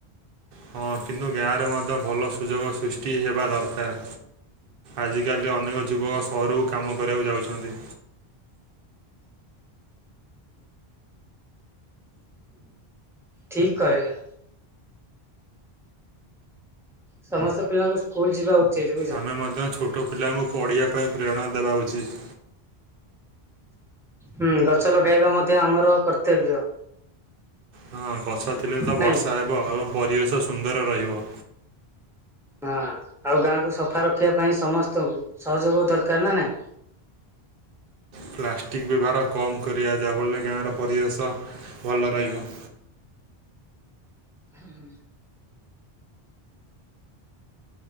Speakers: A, on the right (about 65°); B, in the centre.
A: ହଁ, କିନ୍ତୁ ଗାଁରେ ମଧ୍ୟ ଭଲ ସୁଯୋଗ ସୃଷ୍ଟି ହେବା ଦରକାର। ଆଜିକାଲି ଅନେକ ଯୁବକ ସହରକୁ କାମ କରିବାକୁ ଯାଉଛନ୍ତି।
B: ଠିକ କହିଲେ। ସମସ୍ତ ପିଲାଙ୍କୁ ସ୍କୁଲ ଯିବା ଉଚିତ୍।
A: ଆମେ ମଧ୍ୟ ଛୋଟ ପିଲାଙ୍କୁ ପଢ଼ିବା ପାଇଁ ପ୍ରେରଣା ଦେବା ଉଚିତ୍।
B: ହୁଁ, ଗଛ ଲଗାଇବା ମଧ୍ୟ ଆମର କର୍ତ୍ତବ୍ୟ।
A: ହଁ, ଗଛ ଥିଲେ ତ ବର୍ଷା
B: ନାଇଁ
A: ହେବ ଏବଂ ପରିବେଶ ସୁନ୍ଦର ରହିବ।
B: ହଁ, ଆଉ ଗାଁକୁ ସଫା ରଖିବା ପାଇଁ ସମସ୍ତଙ୍କୁ ସହଯୋଗ ଦରକାର ନା ନାଇଁ।
A: ପ୍ଲାଷ୍ଟିକ୍ ବ୍ୟବହାର କମ୍ କରିବା ଯା ଫଳରେ ଗାଁର ପରିବେଶ ଭଲ ରହିବ।
B: ହୁଁ